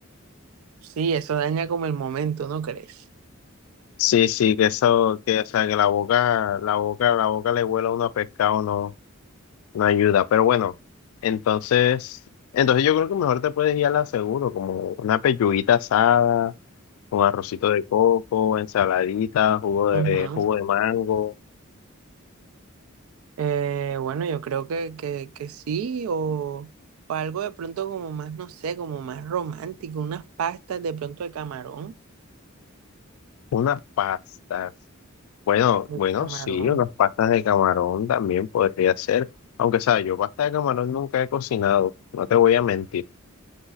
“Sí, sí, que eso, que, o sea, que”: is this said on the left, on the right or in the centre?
Left